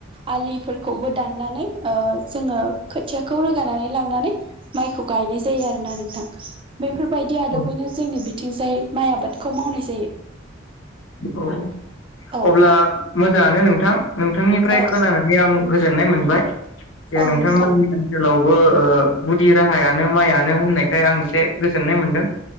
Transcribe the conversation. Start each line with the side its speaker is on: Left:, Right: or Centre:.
Right: आलिफोरखौबो दाननानै ओ जोंङो खोथियाखौ रोगानानै लांनानै माइखौ गायनाय जायो आरोना नोंथां। बेफोरबायदि आदबैनो
Left: औ
Right: जोंनि बि थिंजाय माइ आबादखौ मावनाय जायो।
Left: अ
Right: औ
Left: अब्ला मोजांङानो नों थां नोंथां निफ्राय
Right: औ
Left: खोनानानै आं गोजोननाय मोनबाय। जे
Right: औ
Left: नोंथांमोननि
Right: नोंथां
Left: ओनसोलावबो ओ गुदि राहायानो माइयानो होननायखाय आं एसे गोजोननाय मोनदों।